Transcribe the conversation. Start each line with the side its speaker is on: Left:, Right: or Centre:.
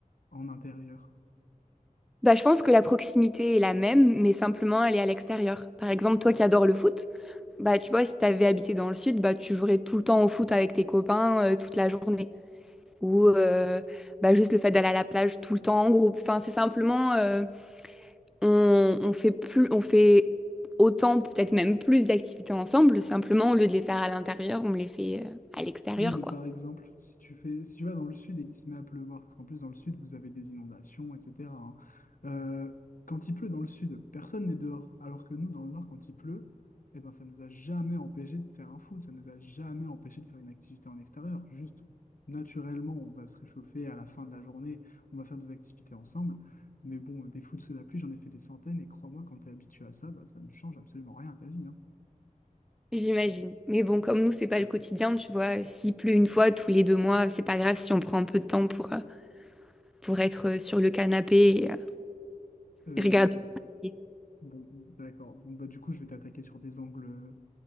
Left: en intérieur.
Centre: Bah, je pense que la proximité est la même, mais simplement elle est à l'extérieur. Par exemple, toi qui adores le foot, Bah, tu vois, si t'avais habité dans le sud, bah, tu jouerais tout le temps au foot avec tes copains euh, toute la journée. Ou euh, bah, juste le fait d'aller à la plage tout le temps en groupe. Enfin, c'est simplement, euh, on, on fait plus, on fait autant, peut-être même plus d'activités ensemble. Simplement, au lieu de les faire à l'intérieur, on les fait euh, à l'extérieur,
Left: Oui, mais
Centre: quoi.
Left: par exemple, si tu fais, si tu vas dans le sud et qu'il se met à pleuvoir, parce qu'en plus dans le sud, vous avez des inondations, etc. hein, euh, quand il pleut dans le sud, personne n'est dehors. Alors que nous, dans le nord, quand il pleut, eh ben, ça nous a jamais empêché de faire un foot, ça nous a jamais empêché de faire une activité en extérieur. Juste, naturellement, on va se réchauffer à la fin de la journée, on va faire des activités ensemble. Mais bon, des foot sous la pluie, j'en ai fait des centaines, et crois-moi, quand tu es habitué à ça, bah, ça ne change absolument rien à ta vie. hein.
Centre: J'imagine. Mais bon, comme nous, c'est pas le quotidien, tu vois. S'il pleut une fois tous les deux mois, c'est pas grave si on prend un peu de temps pour, euh, pour être euh, sur le canapé et, euh,
Left: Euh,
Centre: et regarder. Je
Left: Bon, d'accord. Bon, bah, du coup, je vais t'attaquer sur des angles,